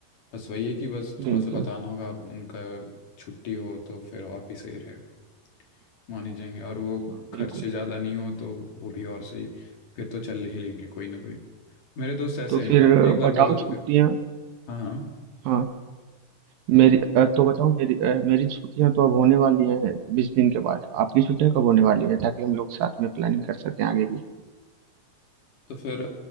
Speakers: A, on the left; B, on the right.
A: बस वही है कि बस थोड़ा
B: बिल्कुल
A: सा बताना होगा उनका छुट्टी हो तो फिर और भी सही रहेगा मानी जाएंगे और वो
B: हाँ
A: खर्चे
B: बिल्कुल
A: ज़्यादा नहीं हो तो वो भी और सही फिर तो चल ही लेंगे कोई ना कोई मेरे दोस्त ऐसे
B: तो
A: हैं
B: फिर
A: यार
B: अ,
A: एक बार
B: बताओ
A: बोलो तो फिर
B: छुट्टियां
A: हाँ हाँ
B: हाँ मेरी अ, तो बताओ मेरी अ, मेरी छुट्टियां तो अब होने वाली हैं बीस दिन के बाद आपकी छुट्टियां कब होने वाली है ताकि हम लोग साथ में प्लानिंग कर सकें आगे की
A: तो फिर